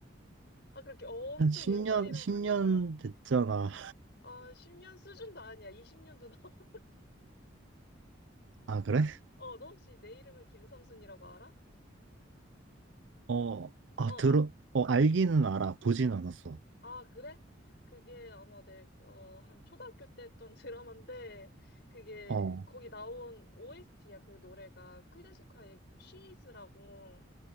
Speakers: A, on the left; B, on the right.
A: 아, 그렇게 엄청
B: 한 10년,
A: 옛날이라고
B: 십 년
A: 하니까,
B: 됐잖아.
A: 아, 10년 수준도 아니야. 20년도 넘 <laughs>
B: 아, 그래?
A: 어, 너 혹시 내 이름은 김삼순이라고 알아?
B: 어,
A: 어,
B: 아, 들어, 어, 알기는 알아. 보진 않았어.
A: 아, 그래? 그게 아마 내, 어, 한 초등학교 때 했던 드라마인데, 그게,
B: 어,
A: 거기 나온 OST야, 그 노래가. 클래식화의 She's라고,